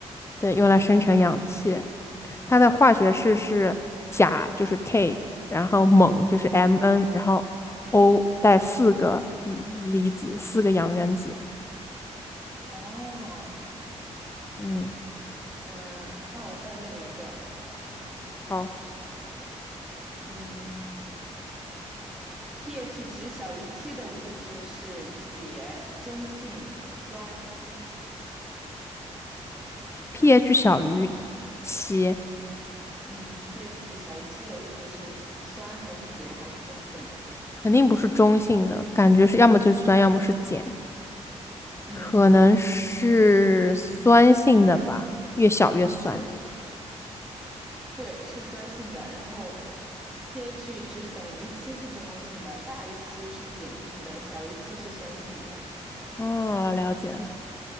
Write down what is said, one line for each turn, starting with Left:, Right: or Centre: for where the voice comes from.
Left: 对，用来生成氧气。它的化学式是钾就是
Centre: 嗯，
Left: K，然后锰就是 Mn，然后 O 带四个离子，四个氧原子。
Centre: 哦，
Left: 嗯，
Centre: 嗯，那我再问你一个，
Left: 好
Centre: 嗯，pH 值小于七的物质是碱、中性酸。
Left: ，pH 小于七，
Centre: 嗯，pH 值小于七的物质是酸还是碱还是中性的？
Left: 肯定不是中性的，感觉是要么就是酸，要么是碱，
Centre: 嗯，
Left: 可能是酸性的吧，越小越酸。
Centre: 是，对，是酸性的。然后 pH 值等于七是中性的，大于七是碱性的，小于七是酸性的。
Left: 哦，了解了。